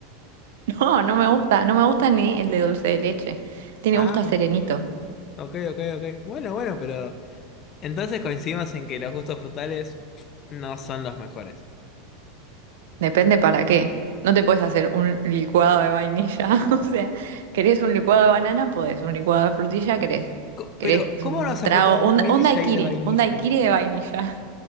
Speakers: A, on the right (about 75°); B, on the left (about 30°).
A: No, no me gusta, no me gusta ni el de dulce de leche. Tiene
B: Ah,
A: gusto a serenito.
B: ok, ok. Ok, ok, ok. Bueno, bueno, pero entonces coincidimos en que los gustos frutales no son los mejores.
A: Depende para qué. No te puedes hacer un licuado de vainilla. <laughs> O sea, ¿querés un licuado de banana? Podés. Un licuado de frutilla, querés.
B: Co-
A: ¿Querés
B: Pero, ¿cómo
A: un
B: nos has
A: trago?
B: aportado
A: Un,
B: un milkshake
A: un daiquiri.
B: de vainilla?
A: Un daiquiri de vainilla.